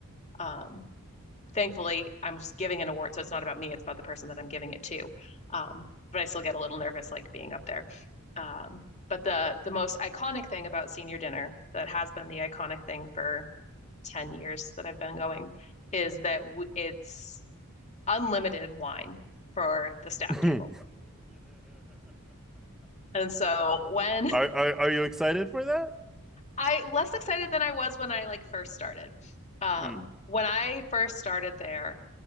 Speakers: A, on the left; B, in the centre.
A: Um, thankfully, I'm just giving an award, so it's not about me. It's about the person that I'm giving it to. Um, but I still get a little nervous, like being up there. Um, but the the most iconic thing about senior dinner that has been the iconic thing for 10 years that I've been going is that w- it's unlimited wine for the staff
B: <laughs>
A: table.
B: are,
A: And so when
B: are are you excited for that?
A: I less excited than I was when I like first started. Um,
B: Mm.
A: when I first started there,